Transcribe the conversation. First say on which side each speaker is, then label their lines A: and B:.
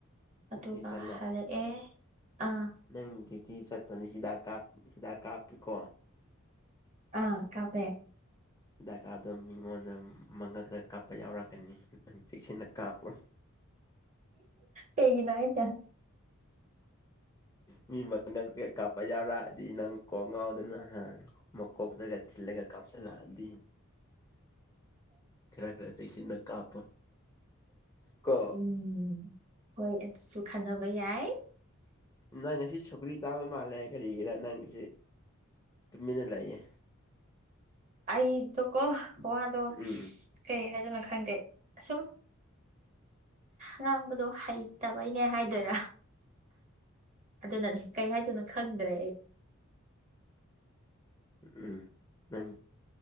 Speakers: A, on the right; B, on the left.
A: ꯑꯗꯨꯒ
B: ꯗ꯭ꯌꯨꯇꯤ ꯆꯠꯂꯦ
A: ꯍꯜꯂꯛꯑꯦ ꯑꯥ
B: ꯅꯪ ꯗꯤꯌꯨꯇꯤ ꯆꯠꯄꯅꯤ ꯍꯤꯗꯥꯛ ꯀꯥꯞ ꯍꯤꯗꯥꯛ ꯀꯥꯞꯄꯤꯀꯣ
A: ꯑꯥ ꯀꯥꯞꯄꯦ
B: ꯍꯤꯗꯥꯛ ꯀꯥꯞꯗꯣ ꯃꯤꯉꯣꯟꯗ ꯃꯉꯛꯇ ꯀꯥꯞꯄ ꯌꯥꯎꯔꯛꯀꯅꯤ ꯅꯪ ꯆꯦꯛꯁꯤꯟꯅ ꯀꯥꯞꯄꯨ
A: ꯀꯩꯒꯤꯅꯣ ꯍꯥꯏꯁꯦ
B: ꯃꯤ ꯃꯉꯛꯇ ꯀꯥꯞꯄ ꯌꯥꯎꯔꯛꯑꯗꯤ ꯅꯪ ꯀꯣꯛ ꯉꯥꯎꯗꯅ ꯍꯥ ꯀꯣꯛꯇꯒ ꯊꯤꯜꯂꯒ ꯀꯞꯁꯤꯜꯂꯛꯑꯗꯤ ꯈꯔ ꯈꯔ ꯆꯦꯛꯁꯤꯟꯅ ꯀꯥꯞꯄꯣ ꯀꯣ
A: ꯎꯝ ꯍꯣꯏ ꯑꯗꯨꯁꯨ ꯈꯟꯅꯅꯕ ꯌꯥꯢ
B: ꯅꯣꯏ ꯉꯁꯤ ꯁꯧꯒ꯭ꯔꯤ ꯆꯥꯕ ꯃꯥꯜꯂꯦ ꯀꯔꯤꯒꯤꯔꯥ ꯅꯪ ꯉꯁꯤ ꯇꯨꯃꯤꯟꯅ ꯂꯩꯌꯦ
A: ꯑꯩꯗꯣꯀꯣ ꯋꯥꯗꯣ
B: ꯎꯝ
A: ꯀꯩ ꯍꯥꯏꯗꯅꯣ ꯈꯪꯗꯦ ꯁꯨꯝ ꯉꯥꯡꯕꯗꯣ ꯍꯩꯇ ꯕꯩꯅꯦ ꯍꯥꯏꯗꯣꯏꯔꯥ ꯑꯗꯨꯅꯅ ꯀꯩ ꯍꯥꯏꯗꯨꯅꯣ ꯈꯪꯗ꯭ꯔꯦ ꯑꯩ
B: ꯎꯪ ꯅꯪ